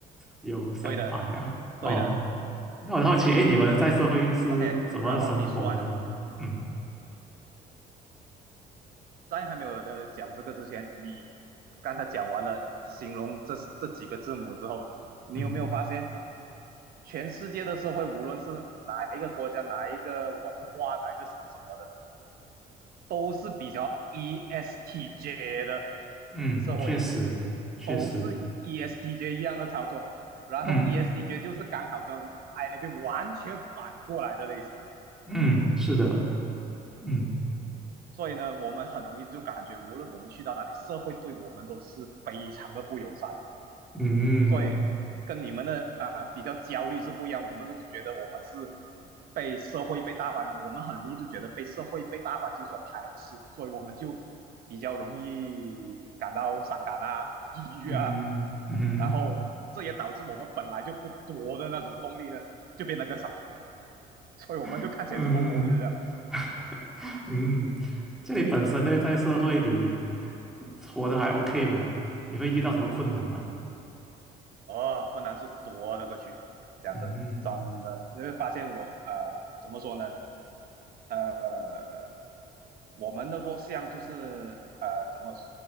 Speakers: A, in the centre; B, on the right.
A: 有相反的哦。
B: 对的，对的。
A: 那我很好奇，诶，你们在社会是怎么生活呢？
B: OK，然后你说完了，嗯，
A: 嗯
B: 在还没有的讲这个之前，你刚才讲完了形容这这几个字母之后，你有没有发现，
A: 嗯
B: 全世界的社会，无论是哪一个国家、哪一个文化、哪一个什么什么的，都是比较 ESTJ 的
A: 嗯，
B: 社会，
A: 确实确实，
B: 都是 ESTJ 一样的操作，然后
A: 嗯
B: ESTJ 就是刚好跟 I 那边完全反过来的类型。
A: 嗯，是的，
B: 嗯，
A: 嗯
B: 所以呢，我们很容易就感觉，无论我们去到哪里，社会对我们都是非常的不友善。
A: 嗯
B: 所以跟你们的啊、呃比较焦虑是不一样，我们都觉得我们是被社会、被大环，我们很容易就觉得被社会、被大环境所排斥，所以我们就比较容易感到伤感啊、抑郁啊，
A: 嗯嗯嗯。
B: 然后这也导致我们本来就不多的那种动力呢，就变得更少，所以我们就看起来这么弱的这样。
A: <laughs> 嗯 <laughs> 嗯，这里本身呢，在社会里活得还 OK 吗？你会遇到什么困难吗？
B: 哦，困难是多了个去，讲真，
A: 嗯
B: 真的，因为发现我呃，怎么说呢？呃，我们的弱项就是呃，怎么说